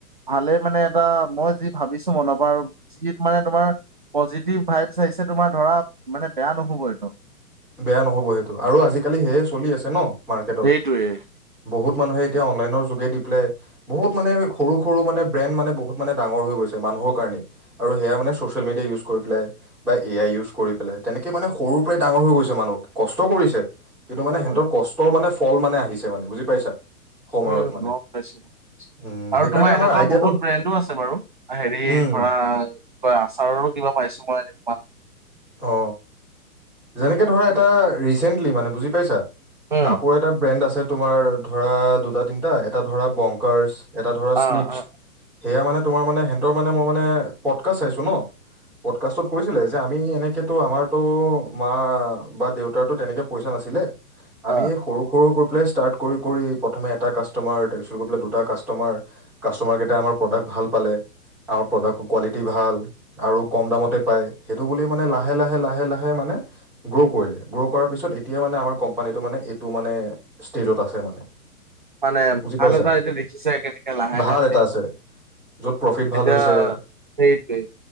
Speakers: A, on the right (about 35°); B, in the centre.
A: ভালে মানে এটা মই যি ভাবিছো <unintelligible> বা আৰু যি মানে তোমাৰ পজিটিভ ভাইবছ আহিছে তোমাৰ। ধৰা মানে বেয়া নহ'ব এইটো।
B: বেয়া নহব সেইটো আৰু আজিকালি সেয়ে চলি আছে ন। মাৰ্কেটত,
A: সেইটোৱে।
B: বহুত মানুহে এতিয়া অনলাইনৰ যোগে দি পেলাই বহুত মানে সৰু সৰু মানে ব্ৰেন মানে বহুত মানে ডাঙৰ হৈ গৈছে মানুহৰ কাৰণে আৰু সেয়া মানে চছি চছিয়েলমিডিয়া ইউজ কৰি পেলাই বা এ আই ইউজ কৰি পেলাই তেনেকে মানে সৰুৰ পৰাই ডাঙৰ হৈ মানুহক কষ্ট কৰিছে। কিন্তু মানে
A: হয়
B: সিহঁতৰ
A: বাৰু
B: কষ্টৰ মানে ফল মানে আহিছে মানে। বুজি পাইছা? সময়ত
A: উম,
B: মানে
A: গম পাইছো।
B: উম
A: আৰু
B: সেইকাৰণে
A: তোমাৰ এনেকুৱা
B: আমাৰ আইডিয়াটো
A: বহুত ব্ৰেণ্ডো আছে বাৰু। হেৰি
B: উম
A: ধৰা কয় আচাৰৰো কিবা পাইছো মই। অ <unintelligible>
B: অ, যেনেকে ধৰা এটা ৰিচেণ্টলি মানে বুজি পাইছা?
A: উম।
B: কাপোৰ এটা ব্ৰেণ্ড আছে তোমাৰ ধৰা দুটা, তিনিটা। এটা ধৰা বংকাৰছ এটা ধৰা স্নিছ।
A: অ অ
B: সেয়া মানে তোমাৰ মানে হেনতৰ মানে মই মানে পডকাষ্ট চাইছো ন। পডকাষ্টত কৈছিলে যে আমি এনেকেতো আমাৰতো মা বা দেউতাৰটো তেনেকে পইচা নাছিলে।
A: অ',
B: আমি এই সৰু-সৰু প্লে ষ্টাৰ্ট কৰি কৰি প্ৰথমে এটা কাষ্টমাৰ, তাৰ পিছত গৈ পেলাই দুটা কাষ্টমাৰ। কাষ্টমাৰ কেইটায়ে আমাৰ প্ৰডাক ভাল পালে? আৰু প্ৰডাকৰ কোৱালিটি ভাল আৰু কম দামতে পায়। সেইটো বুলি মানে লাহে-লাহে-লাহে-লাহে মানে গ্র কৰিলে। গ্ৰ কৰা পিছত এতিয়া মানে আমাৰ মানে কোম্পানীটো এইটো মানে ষ্টেজত আছে মানে।
A: মানে
B: বুজি পাইছা
A: আন এটা এতিয়া দেখিছে একেলগে লাহে-লাহে
B: ভাল এটা আছে য'ত প্ৰফিট ভাল
A: এতিয়া
B: হৈছে
A: সেইটোৱে।